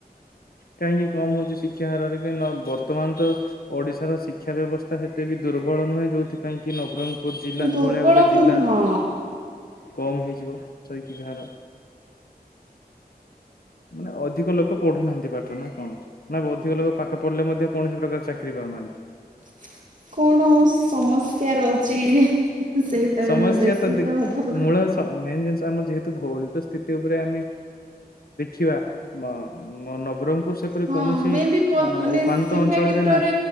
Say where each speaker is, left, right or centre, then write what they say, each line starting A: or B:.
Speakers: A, on the left; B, on the right.
A: କାହିଁକି କମ ହଉଛି ଶିକ୍ଷା ହାରରେ କାହିଁକିନା ବର୍ତ୍ତମାନ ତ ଓଡିଶାର ଶ୍ଷ ଶିକ୍ଷା ବ୍ୟବସ୍ତା ସେତେ ବି ଦୁର୍ବଳ ନୁହେଁ ଯେହେ ଥି ପାଇଁ କି ନବରଙ୍ଗପୁର ଜିଲ୍ଲା
B: ଦୁର୍ବଳ
A: ଭଳିଆ ଗୋଟେ ଜିଲ୍ଲା
B: ହଁ
A: କମ୍ ହେଇଯିବ ସହିକି ଗାଁର ମାନେ ଅଧିକ ଲୋକ ପଢୁନାହାନ୍ତି ପାଠ ନା କଣ ନା ଅଧିକ ଲୋକ ପାଠ ପଢିଲେ ମଧ୍ୟ କୌଣସି ପ୍ରକାର ଚାକିରି ପାଉନାହାନ୍ତି।
B: <inaudible> କଣ ସମସ୍ୟା ରହୁଛି ସେଇଟାରେ
A: ସମସ୍ୟା
B: ମୁଁ ବେଶୀ
A: ଦେ
B: ତ ହବ
A: ମୂଳ ଗଛ ମେନ୍ ଜିନିଷ ଆମର ଯେହେତୁ ଭୌଳିକ ସ୍ଥିତି ଉପରେ ଆମେ ଦେଖିବା ନ ନବରଙ୍ଗପୁର ସେପରି
B: ହଁ
A: କୌଣସି
B: ମେ ବି ପ୍
A: ଅ
B: ମାନେ
A: ଉପାନ୍ତ
B: ଶିକ୍ଷା
A: ଅଞ୍ଚଳରେ
B: କ୍ଷେତ୍ରରେ
A: ନାହିଁ